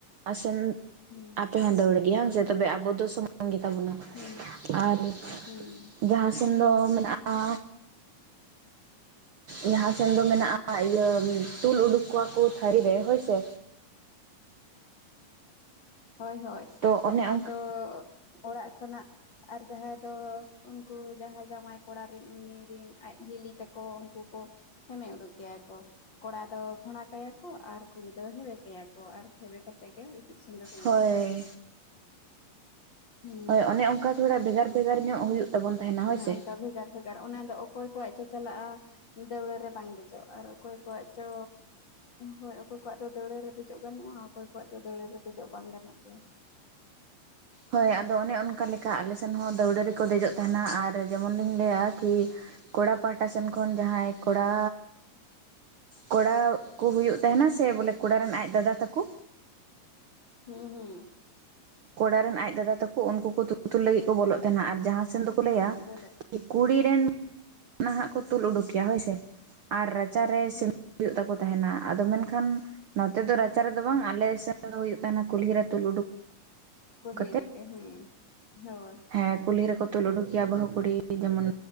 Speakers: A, on the right; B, on the left.
A: ᱟᱥᱮᱱ <unintelligible>
B: ᱦᱩᱸ
A: ᱱᱚᱛᱮ ᱦᱚᱸ, ᱫᱟᱹᱣᱲᱟᱹ ᱜᱮᱭᱟ, ᱥᱮ ᱛᱚᱵᱮ, ᱟᱵᱚ ᱫᱚ, ᱥᱚᱢᱟᱱ ᱜᱮ ᱛᱟᱵᱚᱱᱟ,
B: ᱦᱩᱸ
A: ᱟᱨ
B: ᱦᱩᱸ
A: ᱡᱟᱦᱟᱸ ᱥᱮᱱ ᱫᱚ, ᱢᱮᱱᱟᱜᱼᱟ ᱡᱟᱦᱟᱸ ᱥᱮᱱ ᱫᱚ ᱢᱮᱱᱟᱜᱼᱟ, ᱤᱭᱟᱹ ᱛᱩᱞ ᱩᱰᱩᱠ ᱠᱚᱣᱟ ᱠᱚ, ᱛᱷᱟᱹᱨᱤ ᱨᱮ, ᱦᱳᱭ ᱥᱮ
B: ᱦᱳᱭ ᱦᱳᱭ,
A: ᱛᱚ
B: ᱟᱨ ᱡᱟᱦᱟᱸᱭ
A: ᱚᱱᱮ ᱚᱱᱠᱟ
B: ᱫᱚ, ᱚᱲᱟᱜ ᱠᱷᱚᱱᱟᱜ ᱟᱨ, ᱡᱟᱦᱟᱸᱭ ᱫᱚ, ᱩᱱᱠᱩ ᱡᱟᱦᱟᱸᱭ, ᱡᱟᱸᱣᱟᱭ ᱠᱚᱲᱟ ᱨᱮᱱ, ᱩᱱᱤ ᱨᱤᱱ ᱟᱡ ᱦᱤᱞᱤ ᱛᱟᱠᱚ, ᱩᱱᱠᱩ ᱠᱚ ᱦᱮᱢᱮ ᱩᱰᱩᱠ ᱜᱮᱭᱟ ᱠᱚ᱾ ᱠᱚᱲᱟ ᱫᱚ ᱜᱷᱽᱚᱲᱟ ᱠᱟᱭᱟ ᱠᱚ, ᱟᱨ ᱠᱩᱲᱤ ᱫᱚ ᱦᱮᱸᱵᱮ ᱠᱟᱭᱟ ᱠᱚ, ᱟᱨ ᱦᱮᱵᱮ ᱠᱟᱛᱮᱜ ᱜᱮ᱾ ᱤᱛᱩᱫ ᱥᱤᱸᱫᱩᱨ ᱦᱩᱭᱩᱜ
A: ᱦᱳᱭ,
B: ᱦᱩᱸ
A: ᱦᱳᱭ ᱚᱱᱮ ᱚᱱᱠᱟ ᱛᱷᱚᱲᱟ ᱵᱷᱮᱜᱟᱨ-ᱵᱷᱮᱜᱟᱨ ᱧᱚᱜ ᱦᱩᱭᱩᱜ᱾ ᱛᱟᱵᱚᱱ ᱛᱟᱦᱮᱱᱟ ᱦᱳᱭ
B: ᱚᱱᱮ
A: ᱥᱮ
B: ᱚᱱᱠᱟ ᱵᱷᱮᱜᱟᱨ - ᱵᱷᱮᱜᱟᱨ ᱚᱱᱟ ᱫᱚ ᱚᱠᱚᱭ ᱠᱚᱣᱟᱜ ᱪᱚ ᱪᱟᱞᱟᱜᱼᱟ᱾ ᱫᱟᱹᱣᱲᱟᱹ ᱨᱮ ᱵᱟᱝ ᱫᱮᱡᱚᱜ, ᱟᱨ ᱚᱠᱚᱭ ᱠᱚᱣᱟᱜ ᱪᱚ ᱦᱳᱭ᱾ ᱚᱠᱚᱭ ᱠᱚᱣᱟᱜ ᱫᱚ ᱫᱟᱹᱣᱲᱟᱹ ᱨᱮ ᱫᱮᱡᱚᱜ ᱜᱟᱱᱚᱜᱼᱟ᱾ ᱚᱠᱚᱭ ᱠᱚᱣᱟᱜ ᱫᱚ ᱫᱟᱹᱣᱹᱲᱟᱹ ᱨᱮ ᱫᱮᱡᱚᱜ ᱵᱟᱝ ᱜᱟᱱᱚᱜ ᱜᱮᱭᱟ᱾
A: ᱦᱳᱭ ᱟᱫᱚ ᱚᱱᱮ ᱚᱱᱠᱟ ᱞᱮᱠᱟ᱾ ᱟᱞᱮ ᱥᱮᱱ ᱦᱚᱸ ᱫᱟᱹᱣᱲᱟᱹ ᱨᱮᱠᱚ ᱫᱮᱡᱚᱜ ᱛᱟᱦᱮᱸᱱᱟ᱾ ᱟᱨ ᱡᱮᱢᱚᱱ ᱞᱤᱧ ᱞᱟᱹᱭᱟ ᱠᱤ ᱠᱚᱲᱟ ᱯᱟᱦᱴᱟ ᱥᱮᱱ ᱠᱷᱚᱱ ᱡᱟᱦᱟᱸᱭ, ᱠᱚᱲᱟ ᱠᱚᱲᱟ ᱠᱚ ᱦᱩᱭᱩᱜ ᱛᱟᱦᱮᱸᱱᱟ, ᱥᱮ ᱵᱚᱞᱮ ᱠᱚᱲᱟ ᱨᱮᱱ ᱟᱡ ᱫᱟᱫᱟ ᱛᱟᱠᱚ
B: ᱦᱩᱸ ᱦᱩᱸ
A: ᱠᱚᱲᱟ ᱨᱮᱱ ᱟᱡ ᱫᱟᱫᱟ ᱛᱟᱠᱚ ᱾ ᱩᱱᱠᱩ ᱠᱚ ᱛᱩᱜ ᱛᱩᱞ ᱞᱟᱹᱜᱤᱜ ᱠᱚ ᱵᱚᱞᱚᱜ ᱛᱟᱦᱮᱱᱟ, ᱟᱨ ᱡᱟᱦᱟᱸ ᱥᱮᱱ ᱫᱚᱠᱚ ᱞᱟᱹᱭᱟ
B: ᱵᱚᱞᱚ
A: ᱠᱩᱲᱤ ᱨᱮᱱ ᱱᱟᱦᱟᱜ ᱠᱚ ᱛᱩᱞ ᱩᱰᱩᱠᱮᱭᱟ᱾ ᱦᱳᱭᱥᱮ, ᱟᱨ ᱨᱟᱪᱟᱨᱮ
B: ᱦᱩᱸ
A: ᱥᱤᱢ ᱦᱩᱭᱩᱜ ᱛᱟᱠᱚ ᱛᱟᱦᱮᱱᱟ᱾ ᱟᱫᱚ ᱢᱮᱱᱠᱷᱟᱱ ᱱᱚᱛᱮ ᱫᱚ ᱨᱟᱪᱟ ᱨᱮᱫᱚ ᱵᱟᱝ ᱾ ᱟᱞᱮᱥᱮᱫ ᱛᱮᱫᱚ ᱦᱩᱭᱩᱜ ᱦᱩᱭᱩᱜ ᱛᱟᱦᱮᱱᱟ᱾ ᱠᱩᱞᱦᱤ ᱨᱮ ᱛᱩᱞ ᱩᱰᱩᱠ
B: ᱠᱩᱞᱦᱤ
A: ᱠᱟᱛᱮᱫ
B: ᱨᱮ ᱜᱮ ᱦᱩᱸ, ᱦᱳᱭ᱾
A: ᱦᱮᱸ ᱠᱩᱞᱦᱤ ᱨᱮᱠᱚ ᱛᱩᱞ ᱩᱰᱩᱠᱮᱭᱟ᱾ ᱵᱟᱹᱦᱩ ᱠᱩᱲᱤ ᱡᱮᱢᱚᱱ